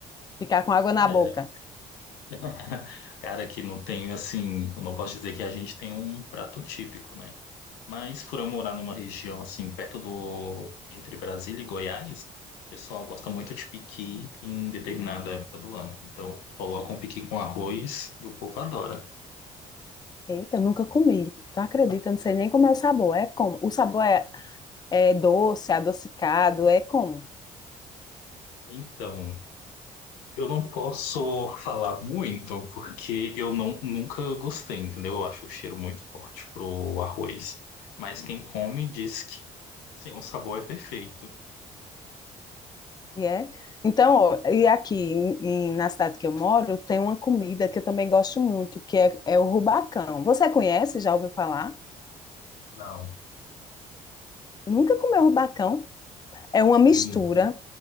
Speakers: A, on the left; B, on the left.
A: ficar com água
B: Cara,
A: na boca.
B: <laughs> cara, que não tem, assim, eu não posso dizer que a gente tem um prato típico, né? Mas por eu morar numa região, assim, perto do, entre Brasília e Goiás, o pessoal gosta muito de piqui em determinada época do ano. Então, colocam piqui com arroz e o povo adora.
A: Eita, eu nunca comi. Tu acredita? Eu Não sei nem como é o sabor. É como? O sabor é, é doce, adocicado, é como?
B: Então, Eu não posso falar muito porque eu não, nunca gostei, entendeu? Eu acho o cheiro muito forte pro arroz. Mas quem come diz que sim, o sabor é perfeito.
A: E é. Então, ó, e aqui em- em- na cidade que eu moro, tem uma comida que eu também gosto muito, que é, é o rubacão. Você conhece? Já ouviu falar?
B: Não,
A: Nunca comeu rubacão? É uma mistura.
B: hum,